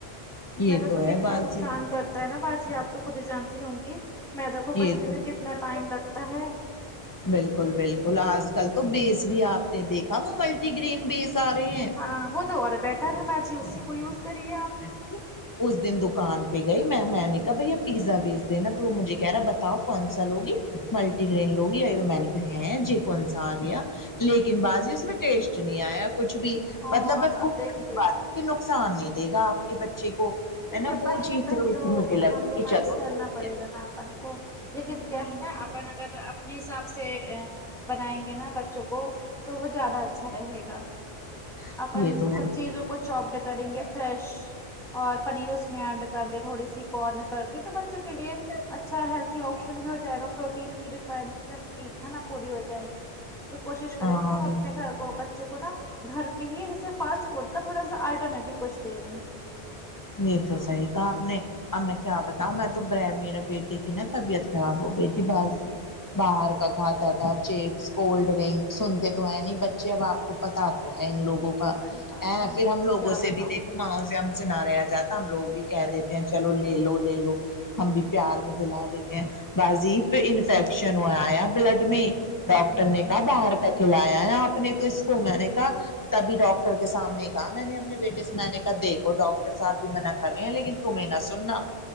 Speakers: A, on the left; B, in the centre.
A: یہ
B: میدہ تو
A: ہے
B: کتنا
A: بازی
B: نقصان کر ہے نا باجی آپ تو خود ہی جانتی ہوں گی میدہ کو
A: یہ
B: پچنے
A: تو
B: میں کتنا ٹائم لگتا ہے
A: بالکل بالکل آج کل تو بیس بھی آپ نے دیکھا وہ ملٹی گرین بیس آ رہے ہیں
B: ہاں وہ تو اور بیٹر ہے باجی اسی کو یوز کریے آپ
A: ہ اس دن دکان پہ گئی میں میں نے کہا بھیا پیزا بیس دینا تو مجھے کہہ رہا بتاؤ کون سا لوگی ملٹی گرین لوگی یہ میں نے کہ جی کون سا آ گیا لیکن بازی اس میں ٹیشٹ نیں آیا کچھ بھی
B: ہاں
A: مطلب
B: اب
A: بس
B: اب دیکھیے
A: یہ نقصان نہیں دے گا آپ کے بچے کو
B: دیکھیے
A: ہے نا وہ
B: کہیں
A: چیز
B: نہ کہیں
A: تھوڑی
B: تو
A: سی مجھے لگی
B: کمپرومائز
A: کہ چلو
B: کرنا
A: ٹھیک
B: پڑے گا نا اپن کو لیکن کیا ہے نا اپن اگر اپنے حساب سے ا بنائیں گے نا بچوں کو تو وہ زیادہ اچھا رہے گا
A: ہے
B: اپن
A: یہ تو ہے
B: سب چیزوں کو چوپڈ کریں گے فریش اور پنیر اس میں ایڈ کر دے تھوڑی سی کارن کرتے تو بچوں کے لیے اچھا ہیلتی آپشن بھی ہو جائے گا پروٹین کی رکوائرمنٹ بھی ان ہے نا پوری ہو جائے گی تو کوشش کریں
A: ہاں
B: کہ ہم اپنے گھر کو بچو ں کو نا گھر پہ ہی جیسے فاسٹ فوڈ کا تھوڑا سا الٹرنیٹو کچھ دے دیں
A: یہ تو صحیح کہا آپ نے اب میں کیا بتاؤں میں توبر میرے بیٹے کی نا طبیعت خراب ہو گئی تھی باجی باہر کا کھاتا تھا چپس کولڈ ڈرنک سنتے تو ہے نہیں بچے اب آپ کو پتا تو ہے ان لوگوں کا
B: ارے باجی
A: ا پھر ہم لوگوں
B: کیا
A: سے
B: بتاؤں
A: بھی دیکھو ماز نا رہ جاتا ہم لوگ بھی کہہ دیتے ہیں چلو لے لو لے لو ہم بھی پیار میں دلا دیتے ہیں بازیب پہ انفیکشن ہوا یا بلڈ میں ڈاکٹر
B: ہوں
A: نے کہا باہر کا کھلایا ہے آپ نے تو اس کو میں نے کہا تبھی ڈاکٹر کے سامنے میں نے اپنے بیٹے سے میں نے کہا دیکھو ڈاکٹر صاحب بھی منا کر رہے ہیں لیکن تمہیں نہ سننا